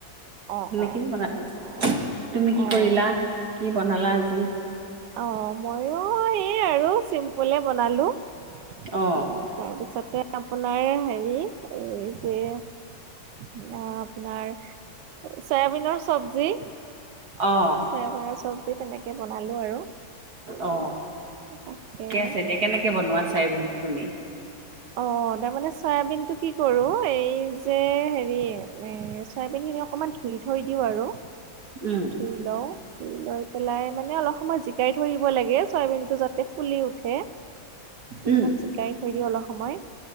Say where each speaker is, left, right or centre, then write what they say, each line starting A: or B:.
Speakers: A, on the right; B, on the right.
A: অ',
B: সেনেকেই
A: অ'।
B: বনালো তুমি কি
A: অ',
B: কৰিলা, কি বনালা আজি?
A: অ মইয়ো সেই আৰু চিম্প পোলে বনালো উ
B: অ
A: তাৰপিছতে আপোনাৰ হেৰি এই যে এয়া আপোনাৰ চয়াবিনৰ চবজি
B: অ
A: চয়াবিনৰ চবজি তেনেকে বনালো আৰু।
B: অ
A: তাকে
B: ঠিকে আছে এতিয়া কেনেকে বনোৱা চাইবিন তুমি?
A: অ তাৰমানে চয়াবিনটো কি কৰো এই যে হেৰি মানে চয়াবিন খিনি অকমান ধুই থৈ দিওঁ আৰু
B: উম
A: ধুই লও ধুই লৈ পেলাই মানে অলপ সময় জিকাই থৈ দিব লাগে চয়াবিন টো যাতে ফুলি উঠে অলপমান
B: উম
A: জিকাই থৈ দিওঁ অলপ সময়